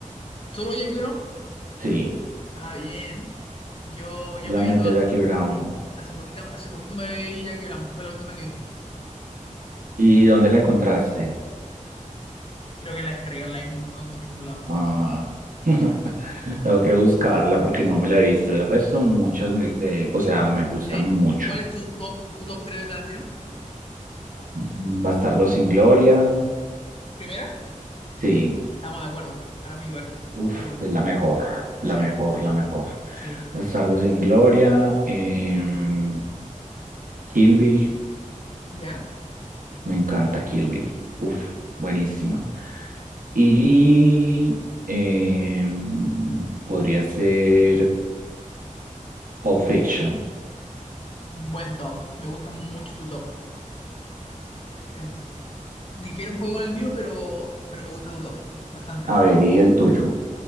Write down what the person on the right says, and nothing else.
Sí,
solamente
Jackie Brown.
¿Y dónde la encontraste?
Ah, <laughs>
tengo que buscarla porque no me la he visto. De resto, muchas me- de él, o sea, me gustan
mucho.
Mm, Bastardo sin Gloria.
Sí,
Uf,
es la mejor, la
mejor, la mejor.
Bastardos sin Gloria, em, Kill Bill,
me encanta Kill Bill. Uf, buenísima. Y em, podría ser Pulp Fiction.
A ver, y el tuyo.